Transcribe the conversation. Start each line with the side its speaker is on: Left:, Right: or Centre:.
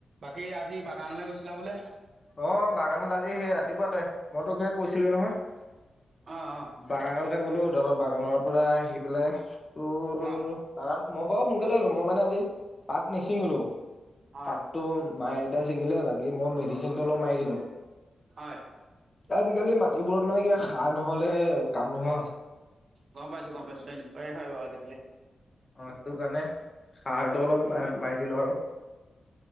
Right: বাকী আজি বাগানলৈ গৈছিলা বোলে?
Left: অ বাগানত আজি সেই ৰাতিপুৱাতে মই তো খ <unintelligible> কৈছিলোৱে নহয়
Right: অ অ
Left: বাগানলৈকে গ'লো তাৰপৰা বাগানৰ পৰা আহি পেলাই <unintelligible> তোৰ ব
Right: অ
Left: মই বাৰু সোনকালে হলো মই মানে আজি পাত নিচিঙলো <unintelligible>
Right: হয়
Left: পাতটো মায়ে দেতাই ছিঙিলে বাকী মই মেডিচিনটো অলপ মাৰি দিলো <unintelligible>
Right: হয়
Left: আজিকালি মাটিবোৰত মানে কিবা সাৰ নহলে কাম নোহোৱা হৈছে <unintelligible>
Right: গম পাইছো গম পাইছো এনেকোৱাই হয় বাৰু আজিকালি।
Left: আহ সেইটো কাৰণে সাৰটো অলপ মাৰি দিলো আৰু <unintelligible>